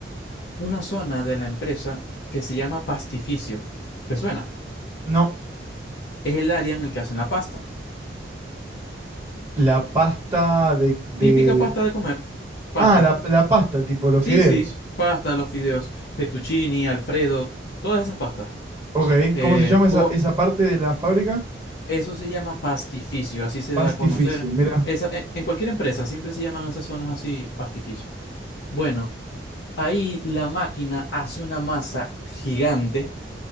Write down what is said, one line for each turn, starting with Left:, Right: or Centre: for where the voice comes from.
Left: una zona de la empresa que se llama pastificio. ¿Te suena?
Right: No,
Left: Es el área en el que hacen la pasta.
Right: la pasta de, de...
Left: Típica pasta de comer.
Right: Ah,
Left: Pasta.
Right: la, la pasta, tipo los
Left: Sí,
Right: fideos.
Left: sí, pasta, los fideos, fettuccini, Alfredo, todas esas pastas.
Right: Ok,
Left: Eh,
Right: ¿cómo se llama
Left: co-
Right: esa, esa parte de la fábrica?
Left: eso se llama pastificio, así se
Right: Pastificio,
Left: da a conocer.
Right: mira,
Left: Esa, e- en cualquier empresa siempre se llaman esas zonas así pastificio. Bueno, ahí la máquina hace una masa gigante